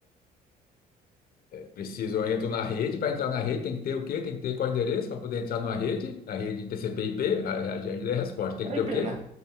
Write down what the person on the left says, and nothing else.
Preciso, eu entro na rede, para entrar na rede tem que ter o quê? Tem que ter qual endereço para poder entrar numa rede, na rede TCP/IP, a, a, já lhe dei a resposta, tem que
ter
o quê?